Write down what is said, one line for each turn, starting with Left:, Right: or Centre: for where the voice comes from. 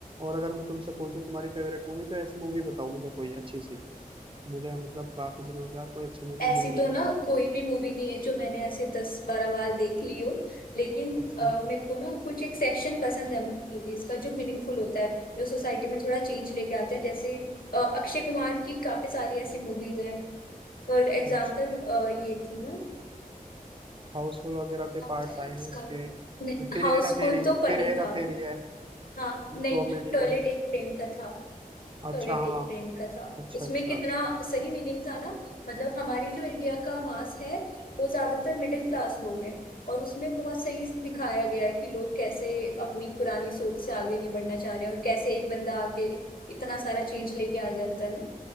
Right: और अगर मैं तुमसे पूछूं तुम्हारी फेवरेट मूवी तो ऐसी मूवी बताओ मुझे कोई अच्छी सी मुझे मतलब काफी दिनों से यार कोई अच्छी मूवी
Left: ऐसी
Right: मिल नहीं
Left: तो
Right: रही
Left: ना कोई भी मूवी नहीं है जो मैंने ऐसे दस बारह बार देख ली हो लेकिन
Right: अच्छा
Left: अ, मेरे को ना कुछ एक सेक्शन पसंद है मूवीज का जो मीनिंगफुल होता है जो सोसाइटी में थोड़ा चेंज लेके आते हैं जैसे अ, अक्षय कुमार की काफी सारी ऐसी मूवीज हैं फॉर एग्जाम्पल
Right: अच्छा
Left: ये थी ना
Right: हाउसफुल वगैरह के
Left: क्या
Right: पार्ट्स
Left: होता है
Right: आए हैं
Left: उसका
Right: उसके फिर
Left: हाउसफुल
Right: हेरा फेरी
Left: तो फनी
Right: फिर हेरा
Left: था
Right: फेरी है
Left: हाँ नहीं
Right: कॉमेडी
Left: टॉयलेट
Right: मूवी
Left: एक प्रेम का था
Right: अच्छा
Left: टॉयलेटिक
Right: हाँ
Left: प्रेम का था
Right: अच्छा
Left: उसमें
Right: अच्छा
Left: कितना सही मीनिंग था ना मतलब हमारी जो इंडिया का मास है वो ज्यादातर मिडिल क्लास लोग हैं और उसमें बहुत सही दिखाया गया है कि लोग कैसे अपनी पुरानी सोच से आगे नहीं बढ़ना चाह रहे हैं और कैसे एक बंदा आगे इतना सारा चेंज लेके आ जाता है ना